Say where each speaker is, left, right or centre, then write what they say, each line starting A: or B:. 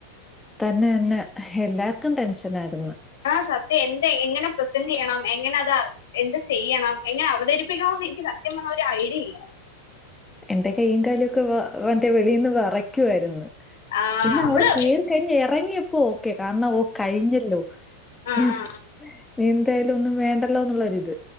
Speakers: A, in the centre; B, on the left (about 80°).
A: തന്നെ തന്നെ എല്ലാർക്കും ടെൻഷൻ ആയിരുന്നു
B: ആഹ സത്യം എന്താ എങ്ങനെ പ്രസന്റ് ചെയ്യണം എങ്ങനെ അതാ എന്ത് ചെയ്യണം എങ്ങനെ അവതരിപ്പിക്കണന്ന് എനിക്ക് സത്യം പറഞ്ഞ ഒരു ഐഡിയയില്ല
A: എന്റെ കയ്യും കാലും ഒക്കെ വ മറ്റേ വെളിൽന്ന് വെറുയ്ക്കുവായ്രുന്നു
B: ആ,
A: പിന്നെ
B: നമ്മള്
A: അവിടെ കേറി കഴിഞ് എ റങ്ങിയപ്പോ ഓക്കെ കാരണം ഓ കഴിഞ്ഞല്ലോ
B: ആ, ആ,
A: ഉം
B: ആ.
A: ഹ എനി ന്തായാലും ഒന്നും വേണ്ടല്ലോ എന്നുള്ളരി ഇത്